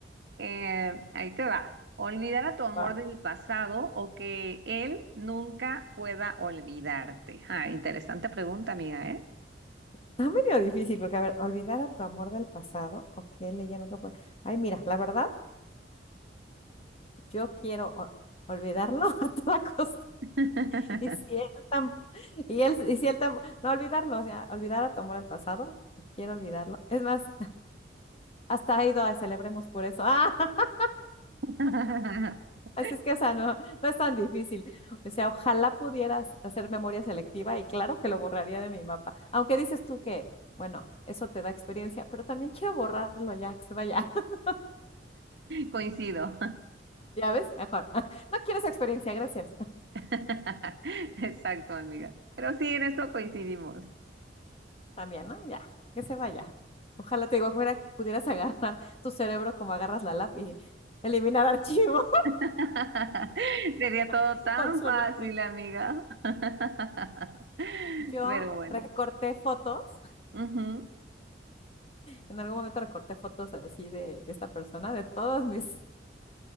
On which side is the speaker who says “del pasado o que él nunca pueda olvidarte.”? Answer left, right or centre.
Right